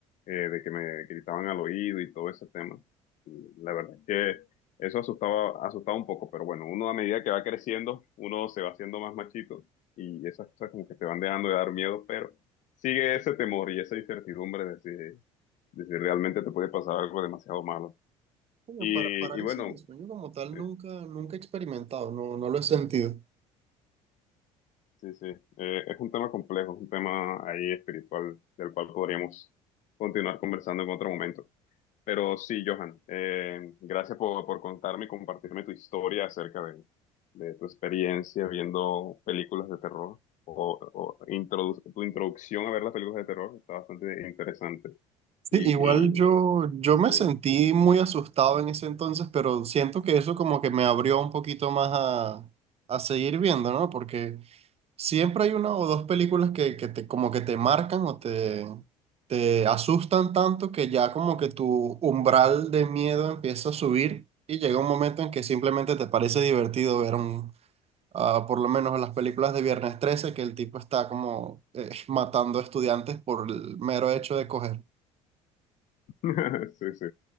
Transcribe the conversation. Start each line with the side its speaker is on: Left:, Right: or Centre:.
Left: eh, de que me gritaban al oído y todo ese tema. Y la verdad es que eso asustaba, asustaba un poco, pero bueno, uno a medida que va creciendo, uno se va haciendo más machito y esas cosas como que te van dejando de dar miedo, pero sigue ese temor y esa incertidumbre de si, de si realmente te puede pasar algo demasiado malo.
Right: Bueno,
Left: Y,
Right: Para parálisis
Left: y bueno,
Right: del sueño como tal
Left: Sí,
Right: nunca, nunca he experimentado, no, no lo he sentido.
Left: sí, sí. Eh, es un tema complejo, es un tema ahí espiritual del cual podríamos continuar conversando en otro momento. Pero sí, Johan, eh, gracias por, por contarme y compartirme tu historia acerca de, de tu experiencia viendo películas de terror o, o introdu- tu introducción a ver las películas de terror. Está bastante interesante.
Right: Sí,
Left: Y,
Right: igual yo,
Left: y
Right: yo
Left: sí,
Right: me sentí muy asustado en ese entonces, pero siento que eso como que me abrió un poquito más a, a seguir viendo, ¿no? Porque siempre hay una o dos películas que, que te, como que te marcan o te, te asustan tanto que ya como que tu umbral de miedo empieza a subir y llega un momento en que simplemente te parece divertido ver un, ah, por lo menos las películas de Viernes 13, que el tipo está como eh, matando estudiantes por el mero hecho de coger.
Left: <laughs> sí, sí,